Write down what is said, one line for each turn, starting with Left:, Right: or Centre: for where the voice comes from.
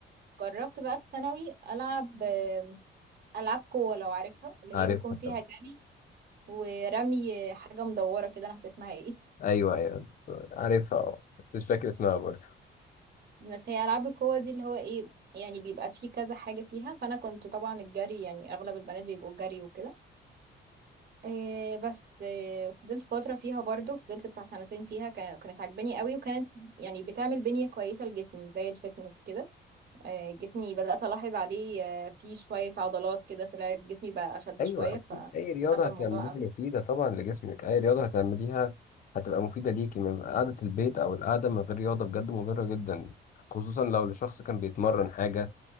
Right: جربت بقى في ثانوي العب آه العاب قوه لو عارفها اللي
Left: عارفها
Right: هي بيكون فيها
Left: طبعا
Right: جري ورمي حاجة مدورة كده انا ناسية اسمها ايه
Left: ايوه ايوه عارفها اه بس مش فاكر اسمها برضه
Right: بس هي ألعاب القوة دي اللي هو ايه يعني بيبقى فيه كذا حاجة فيها فأنا كنت طبعا الجري يعني أغلب البنات بيبقوا الجري وكده إيه بس إيه فضلت فترة فيها برضو فضلت بتاع سنتين فيها كا- كانت عاجباني قوي وكانت يعني بتعمل بنية كويسة لجسمي زي الفتنس كده إيه جسمي بدأت ألاحظ عليه آه، فيه شوية عضلات كده طلعت جسمي بقى أشد
Left: ايوه
Right: شوية
Left: اكيد
Right: فحابة
Left: اي رياضه هتعمليها
Right: الموضوع قوي
Left: مفيده طبعا لجسمك اي رياضه هتعمليها هتبقى مفيده ليكي من قعده البيت او القعده من غير رياضه بجد مضره جدا خصوصا لو الشخص كان بيتمرن حاجه